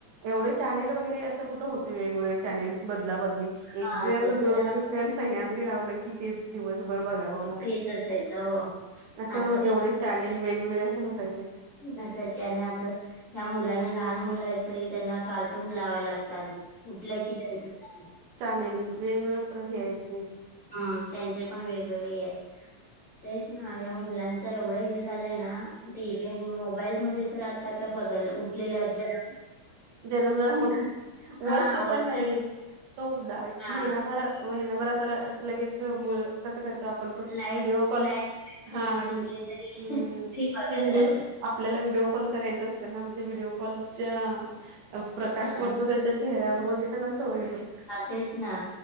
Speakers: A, on the right; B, on the left.
A: एवढे चॅनेल वगैरे असं कुठं होते वेगवेगळे चॅनेल बदला बदली एक
B: हा
A: जर
B: ते तर
A: दूरदर्शन
B: आहे
A: त्या सह्याद्री लावलं की तेच दिवसभर बघावं
B: तेच असायचं हो
A: असं
B: आता तेच
A: एवढे चॅनेल वेगवेगळे अस नसायचे
B: नसायचे आणि आता ह्या मुलांना लहान मुलं आहेत तरी त्यांना कार्टून लावाय लागत आधी उठलं की त्यांच चालू
A: चानेल वेगवेगळ प्र हे आहेत ते
B: हम्म त्यांचे पण वेगवेगळे आहेत तेच ना या मुलांच एवढं हे झालंय ना टीव्ही आणि मोबाईल मध्ये तर आ काय बघायला उठलेल्या जरा
A: जन्मला मुल
B: हा
A: वर्ष
B: वर्षच
A: पण नाही तोदा एक
B: हा
A: महिनाभर महिनाभर आता लगेच मुळ कसं करतो आपण पण
B: लाईट
A: व्हिडिओ कॉल
B: लाईट पेटलेली
A: हा हम्म
B: दिसली तरी बघत
A: ते व्हिडिओ
B: राहतात.
A: आपल्याला व्हिडिओ कॉल करायचां त्यांना मग ते व्हिडिओ कॉलच्या प्रकाश
B: हा
A: पडतो त्यांच्या चेहऱ्यावर मग ते त्यांना सवय होते
B: तेच ना